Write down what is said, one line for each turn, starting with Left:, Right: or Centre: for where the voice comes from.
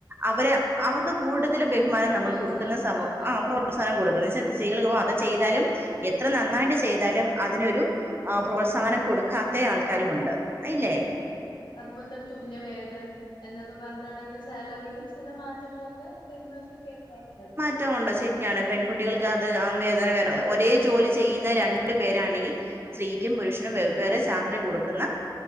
Right: അവരെ അവർക്ക് കൂടുതല് ബഹുമാനം നമ്മള്
Left: പ്രോത്സാഹനം
Right: കൊടുക്കുന്ന സമം
Left: അതെ,
Right: ആ പ്രോത്സാഹനം
Left: അതെ.
Right: കൊടുക്ക്ണ <unintelligible> സ്ത്രീകള് ഓ അത് ചെയ്താലും എത്ര നന്നായിട്ട് ചെയ്താലും അതിനൊരു ആ പ്രോത്സാഹനം കൊടുക് മാനം കൊടുക്കാത്തേ ആൾക്കാരുമുണ്ട് അതില്ലേ?
Left: വേതനം, അതെ, അതെ. അതുപോലെ തന്നെ തുല്യവേതനം എന്നൊക്കെ പറഞ്ഞിട്ടാണെങ്കില് സാലറിയിലും ചില മാറ്റങ്ങളൊക് ക്ക വരുന്നൊക്കെ കേക്കാറുണ്ടല്ലോ
Right: റ്റ ഉണ്ടോ ശരിയാണ് പെൺകുട്ടികൾക്ക് അത് ആം വേദന <unintelligible> ഒരേ ജോലി ചെയ്യുന്ന രണ്ടു പേരാണെങ്കിൽ സ്ത്രീക്കും
Left: ഉം
Right: പുരുഷനും വെവ്വേറെ സാലറി കൊടുക്കുന്ന